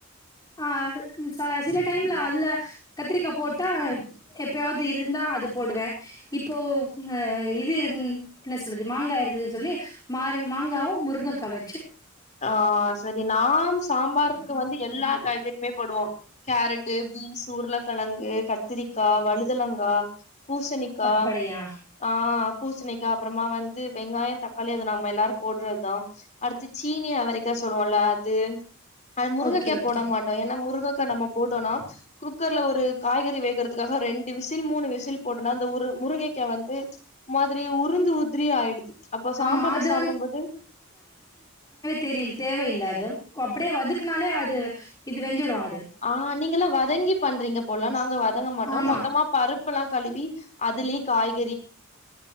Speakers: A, on the left (about 20°); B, on the left (about 35°).
A: ஆ அது ம் ச சில டைம்ல அதுல கத்திரிக்கா போட்டா எப்பயாவது இருந்தா அது போடுவே இப்போ ஆ இது இருந் என்ன சொல்றது மாங்கா இருந்துதுன்னு சொல்லி மார மாங்காவு முருங்கக்கா வ
B: ஆ சரி நாம் சாம்பாருக்கு வந்து எல்லா காய்கறிமே போடுவோ கேரட்டு பீன்ஸ் உருளக்கெழங்கு கத்திரிக்கா வழுதலங்கா பூசணிக்கா
A: அப்படியா
B: ஆ பூசணி க்கா அப்புறமா வந்து வெங்காய தக்காளி அத நம்ம எல்லாரு போட்றதுதா அடுத்து சீனி அவரைக்கா சொல்லுவோல்ல அது அது முருங்கக்கே
A: ஓகே ஓகே
B: போட மாட்டோ ஏனா முருக க்கா நம்ம போட்டோன்னா குக்கர்ல ஒரு காய்கறி வேகுறதுக்காக ரெண்டு விசில் மூணு விசில் போட்டொனா அந்த உரு முருகைக்கா வந்து மா திரி உருந்து உதிரி ஆயிடுது அப்போ சாம்பார்ல
A: ஆமா அது
B: சாப்படும்போது
A: தெரியில் தேவையில்ல அது அப்டியே வதக்குனாலே அது இது வெந்துடு அது
B: ஆ நீங்கல்லா வதங்கி பண்றீங்க போல நாங்க வதங்க மாட்டோ
A: ஆமா
B: மொத்தமா பருப்புல்லா கழுவி அதுலே காய்